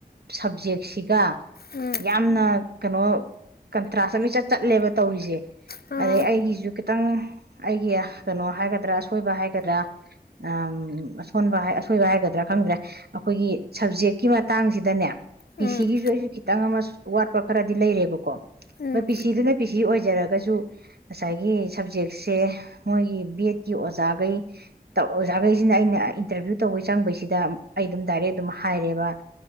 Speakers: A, on the right (about 80°); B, on the left (about 70°).
A: ꯁꯕꯖꯦꯛꯁꯤꯒ
B: ꯎꯝ
A: ꯌꯥꯝꯅ ꯀꯩꯅꯣ ꯀꯟꯇ꯭ꯔꯥꯁ ꯑꯃꯢꯆꯠ ꯆꯠꯂꯦꯕ ꯇꯧꯔꯤꯁꯦ
B: ꯑꯥ
A: ꯑꯗꯩ ꯑꯩꯒꯤꯁꯨ ꯈꯤꯇꯪ ꯑꯩꯒꯤ ꯀꯩꯅꯣ ꯍꯥꯏꯒꯗ꯭ꯔꯥ ꯑꯁꯣꯏꯕ ꯍꯥꯏꯒꯗ꯭ꯔꯥ ꯑꯝ ꯑꯁꯣꯟꯕ ꯑꯁꯣꯏꯕ ꯍꯥꯏꯒꯗ꯭ꯔꯥ ꯈꯪꯗ꯭ꯔꯦ ꯑꯩꯈꯣꯏꯒꯤ ꯁꯕꯖꯦꯛꯀꯤ ꯃꯇꯥꯡꯁꯤꯗꯅꯦ ꯄꯤ
B: ꯎꯝ
A: ꯁꯤꯒꯤꯁꯨ ꯑꯩꯁꯨ ꯈꯤꯇꯪ ꯑꯃ ꯋꯥꯠꯄ ꯈꯔꯗꯤ ꯂꯩꯔꯦꯕꯀꯣ
B: ꯎꯝ
A: ꯃꯣꯏ ꯄꯤ ꯁꯤꯗꯨꯅ ꯄꯤ ꯁꯤ ꯑꯣꯏꯖꯔꯒꯁꯨ ꯉꯁꯥꯏꯒꯤ ꯁꯞꯖꯦꯛꯁꯦ ꯃꯣꯏꯒꯤ ꯕꯦꯠꯀꯤ ꯑꯣꯖꯥꯒꯩ ꯑꯣꯖꯥꯒꯩꯁꯤꯅ ꯑꯩꯅ ꯏꯟꯇꯔꯚꯤꯌꯨ ꯇꯧꯕꯩ ꯆꯪꯕꯩꯁꯤꯗ ꯑꯩ ꯑꯗꯨꯝ ꯗꯥꯏꯔꯦꯛ ꯑꯗꯨꯝ ꯍꯥꯏꯔꯦꯕ